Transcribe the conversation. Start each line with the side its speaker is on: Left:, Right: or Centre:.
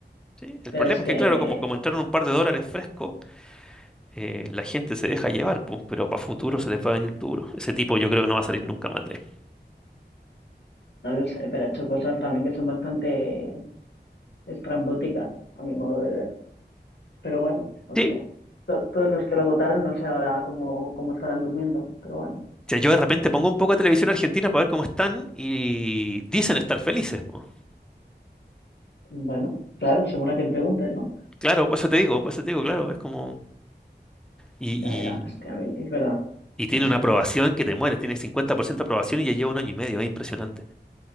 Centre: sí. El
Left: Pero
Centre: problema
Left: es
Centre: es
Left: que
Centre: que, claro, como, como entraron un par de dólares frescos, eh, la gente se deja llevar, pues, pero para futuro se les va a venir duro. Ese tipo yo creo que no va a salir nunca más de ahí.
Left: no lo sé, pero ha hecho cosas también que son bastante estrambóticas, a mi modo de ver. Pero bueno, o
Centre: Sí,
Left: sea, to- todos los que lo votaron no sé ahora cómo, cómo estarán durmiendo, pero bueno.
Centre: sea, yo de repente pongo un poco de televisión argentina para ver cómo están y dicen estar felices, po.
Left: Bueno, claro, según a quien preguntes, ¿no?
Centre: Claro, por eso te digo, por eso te digo, claro, es como... Y, y-
Left: Ya, ya, hostia, a mí- es verdad.
Centre: y tiene
Left: No sé.
Centre: una aprobación que te mueres, tiene 50% de aprobación y ya lleva un año y medio, es impresionante.